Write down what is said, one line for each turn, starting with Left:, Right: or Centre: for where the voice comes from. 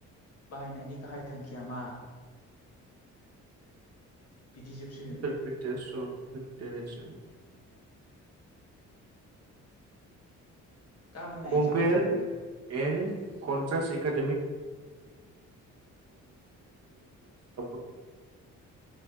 Left: बाहायनायनि गाहाय थांखिया मा?
Right: <inaudible>
Left: बिदिजोबसो गाबोननो
Right: कमपेर
Left: एगजामाथ' ओमफ्राय
Right: एन कन्टास एका <unintelligible>